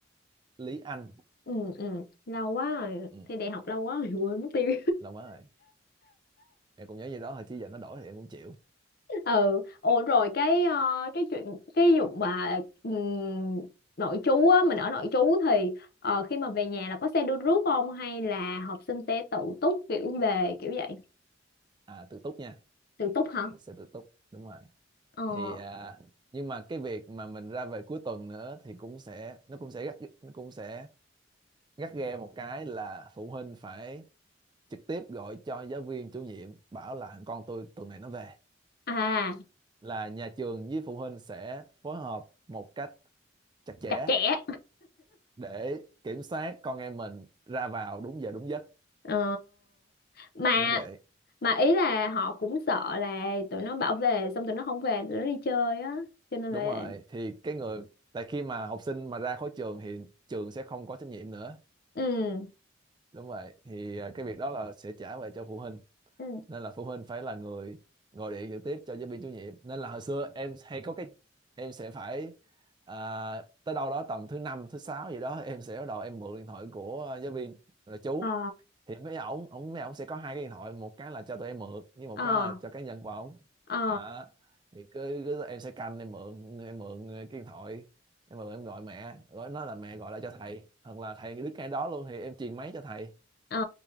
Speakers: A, on the right; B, on the left.
A: lý Anh
B: ừ ừ lâu quá rồi
A: ừ,
B: thi đại học lâu quá rồi quên mất tiêu
A: lâu quá rồi em cũng nhớ gì đó thôi chứ giờ nó đổi thì em cũng chịu
B: ừ ủa rồi cái ờ, cái chuyện cái vụ mà ừm, nội trú á mình ở nội trú thì ờ, khi mà về nhà là có xe đưa rước không hay là học sinh sẽ tự túc kiểu về kiểu vậy
A: à tự túc nha
B: tự túc hả
A: mình sẽ tự túc đúng rồi
B: ờ
A: thì à, nhưng mà cái việc mà mình ra về cuối tuần nữa thì cũng sẽ nó cũng sẽ gắt nó cũng sẽ gắt ghe một cái là phụ huynh phải trực tiếp gọi cho giáo viên chủ nhiệm bảo là con tôi tuần này nó về
B: à
A: là nhà trường với phụ huynh sẽ phối hợp một cách chặt chẽ
B: chặt chẽ
A: để kiểm soát con em mình ra vào đúng giờ đúng giấc
B: ờ mà
A: đúng vậy
B: mà ý là họ cũng sợ là tụi nó bảo về xong tụi nó không về tụi nó đi chơi á cho nên
A: đúng
B: là
A: rồi thì cái người tại khi mà học sinh mà ra khỏi trường thì trường sẽ không có trách nhiệm nữa
B: ừ
A: đúng vậy thì à, cái việc đó là sẽ trả về cho phụ huynh
B: ừ
A: nên là phụ huynh phải là người gọi điện trực tiếp cho giáo viên chủ nhiệm nên là hồi xưa em hay có cái em sẽ phải à, tới đâu đó tầm thứ năm thứ sáu gì đó em sẽ bắt đầu em mượn điện thoại của ờ, giáo viên là chú
B: ờ
A: thì mấy ổng ổng mấy ổng sẽ có hai cái điện thoại một cái là cho tụi em mượn với một
B: ờ
A: cái là cho cá nhân của ổng
B: ờ
A: đó thì cứ, cứ em sẽ canh em mượn em mượn cái điện thoại em mượn em gọi mẹ gọi nó là mẹ gọi lại cho thầy hoặc là thầy đứng ngay đó luôn thì em truyền máy cho thầy
B: ờ